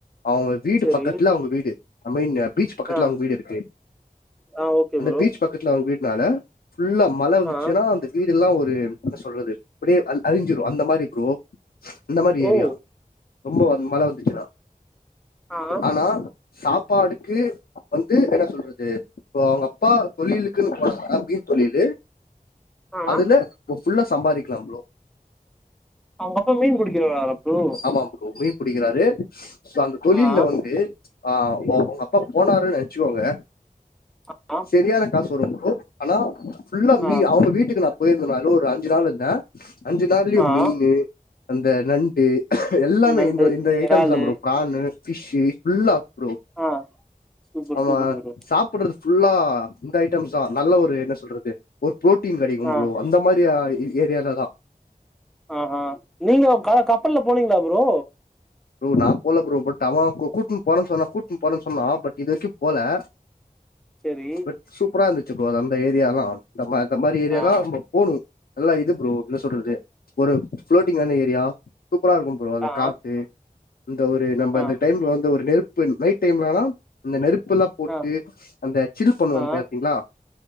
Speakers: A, on the left (about 80°); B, in the centre.
A: அவுங்க வீடு
B: செரி
A: பக்கத்துல அவுங்க வீடு ஐ மீன்னு பீச் பக்கத்துல
B: ஆ
A: அவங்க வீடு இருக்கு
B: ஆ ஓகே
A: அந்த
B: ப்ரோ
A: பீச் பக்கத்துல அவங் வீட்னால ஃபுல்லா மழ வந்துச்சுன்னா
B: ஆ
A: அந்த வீடு எல்லா ஒரு என்ன சொல்றது அப்டியே அழிஞ்சிரு அந்த மாரி ப்ரோ இந்த மாரி
B: ஓ
A: ஏரியா ரொம்ப வ மழ வந்துச்சினா
B: ஆஹ்
A: ஆனா சாப்பாடுக்கு வந்து என்ன சொல்றது இப்போ அவங்க அப்பா தொழிலுக்குன்னு போனாதா மீன் தொழிலு
B: ஆ
A: அதுல ஃபுல்லா சம்பாரிக்கலா ப்ரோ
B: உங்க அப்பா மீன் புடிக்க வராரா ப்ரோ
A: ஆமா ப்ரோ மீன் புடிக்கறாரு சோ அந்த தொழில்ல
B: ஆ
A: வந்து ஆஹ் ஒ அவ்ங்கப்பா போனாருன்னு நென்ச்சிக்கோங்க
B: ஹக்காம்
A: செரியான காசு வரும் ப்ரோ ஆனா ஃபுல்லா மீ
B: ஆ
A: அவுங்க வீட்டுக்கு நா போயிருந்த நாளு ஒரு அஞ்சு நாளு இருந்த அஞ்சு நாள்லியும்
B: ஆ
A: மீனு அந்த நண்டு எல்லாமே
B: ம் நண்டு
A: இந்த இந்த ஐட்டம்ஸ்
B: எறாலு
A: தா ப்ரோ ப்ரானு ஃபிஷ்ஷு ஃபுல்லா ப்ரோ
B: ஆ சூப்பர்
A: அவன்
B: சூப்பர் ப்ரோ
A: சாப்புட்றது ஃபுல்லா இந்த ஐட்டம்ஸ் தா நல்ல ஒரு என்ன சொல்றது ஒரு ப்ரோட்டீன் கெடைக்கும்
B: ஆ
A: ப்ரோ அந்த மாரி அ ஏரியால தா
B: ஆஹ்ஹா நீங்க கா கப்பல்ல போனீங்களா ப்ரோ
A: ப்ரோ நா போல ப்ரோ பட் அவன் கூட்னு போறன்னு சொன்னா கூட்னு போறன்னு சொன்னா பட் இது வரைக்கும் போல
B: சரி
A: பட் சூப்பரா இருந்துச்சு ப்ரோ அது அந்த ஏரியாலா நம்ம அந்த மாரி ஏரியாதா
B: ஆ
A: நம்போ போணு நல்லா இது ப்ரோ ன்ன சொல்றது ஒரு ஃப்ளோட்டிங்கான ஏரியா சூப்பரா இருக்கும் ப்ரோ அந்த
B: ஆ
A: காத்து இந்த ஒரு நம்ப
B: ஆ
A: இந்த டைம்ல வந்து ஒரு நெருப்பு நைட் டைம்லலா அந்த நெருப்பெல்லா போட்டு
B: ஆ
A: அந்த சில் பண்ணுவோ
B: ஆ
A: பாத்தீங்ளா